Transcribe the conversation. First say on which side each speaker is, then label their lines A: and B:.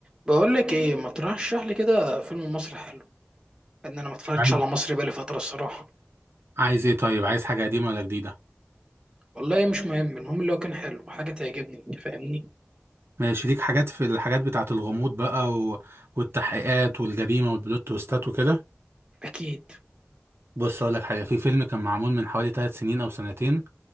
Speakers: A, on the right; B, on the right.
A: بقول لك ايه ما ترشح لي كده فيلم مصري حلو لان انا ما اتفرجتش
B: عايز
A: على مصري بقالي فتره الصراحه
B: عايز ايه طيب عايز حاجة قديمة ولا جديدة
A: والله مش مهم المهم اللي هو كان حلو حاجه تعجبني فاهمني
B: ماشي ليك حاجات في الحاجات بتاعة الغموض بقى و... والتحقيقات والجريمة والبلوت تويستات وكده
A: اكيد
B: بص اقول لك حاجة في فيلم كان معمول من حوالي ثلاث سنين او سنتين